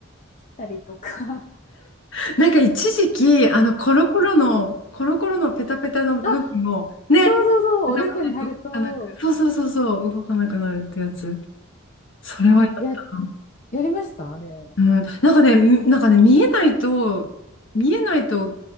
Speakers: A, on the left (about 35°); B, on the left (about 60°).
A: 切ったりとか。<laughs>
B: い。なんか一時期、あの、コロコロの、コロコロのペタペタの部分を、
A: あ、
B: ね、
A: そうそうそう、
B: 頭だと動かなく、
A: おでこに貼ると、
B: そうそうそうそう、動かなくなるってやつ。それはやった。
A: あ、や、ややりましたあれ。
B: うん、なんかね、みなんかね、見えないと、見えないと